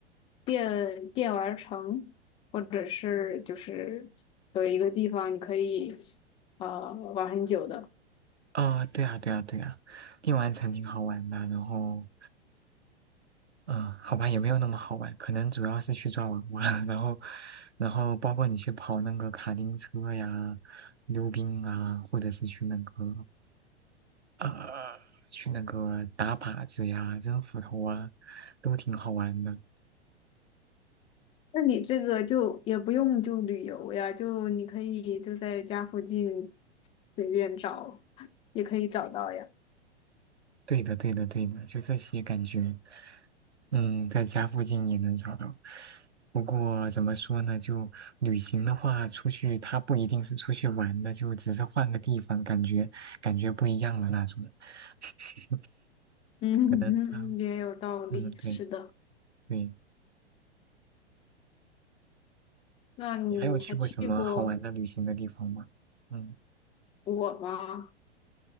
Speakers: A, on the left; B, on the right.
A: 电电玩城，或者是就是有一个地方你可以呃玩很久的。
B: 哦，对啊，对啊，对啊，电玩城挺好玩的，然后。嗯，好吧，也没有那么好玩，可能主要是去抓娃娃，<laughs> 然后，然后包括你去跑那个卡丁车呀、溜冰啊，或者是去那个，呃，去那个打靶子呀、扔斧头啊，都挺好玩的。
A: 那你这个就也不用就旅游呀，就你可以就在家附近随便找，也可以找到呀。<laughs>
B: 对的，对的，对的，就这些感觉，嗯，在家附近也能找到。不过怎么说呢，就旅行的话，出去他不一定是出去玩的，就只是换个地方，感觉感觉不一样的那种。<laughs>
A: 嗯，
B: 可能啊，
A: 也有道理，
B: 嗯，
A: 是的。
B: 对对，
A: 那你还去过
B: 你还有去过什么好玩的旅行的地方吗？嗯
A: 我吗？